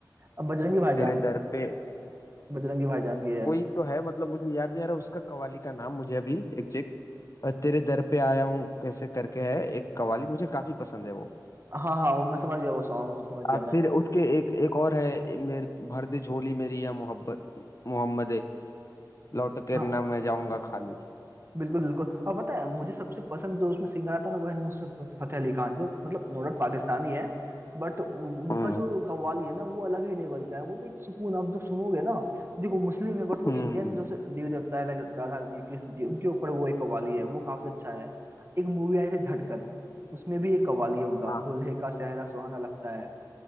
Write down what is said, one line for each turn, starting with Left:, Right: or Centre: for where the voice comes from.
Right: अब बजरंगी भाईजान
Left: तेरे दर पे
Right: बजरंगी भाईजान की है
Left: कोई तो है मतलब मुझे याद नहीं आ रहा उसका कव्वाली का नाम मुझे अभी एग्जैक्ट अ, तेरे दर पे आया हूँ कैसे करके है एक कवाली मुझे काफी पसंद है वो
Right: हाँ हाँ वो मैं समझ गया वो सॉन्ग समझ गया
Left: आ, फिर
Right: मैं
Left: उसके एक एक और है मेरे भर दे झोली मेरी या मोहब्बत मोहम्मद लौट के
Right: हाँ
Left: न मैं जाऊंगा खाली
Right: बिल्कुल बिल्कुल और पता है मुझे सबसे पसंद जो उसमें सिंगर आता है ना वो है नुसरत फतेह अली खान जो मतलब नो डाउट पाकिस्तानी है बट उनका
Left: हम्म
Right: जो कव्वाली है ना वो अलग ही लेवल का है वो तो एक सुकून आप जब सुनोगे ना देखो मुस्लिम है बट वो
Left: हम्म
Right: इंडियन जो से- देव देवता है लाइक राधा जी कृष्ण जी उनके ऊपर वो एक कव्वाली है वो काफी अच्छा है एक मूवी आई थी धड़कन उसमें भी एक कव्वाली है उनका
Left: हाँ
Right: दुल्हे का सेहरा सुहाना लगता है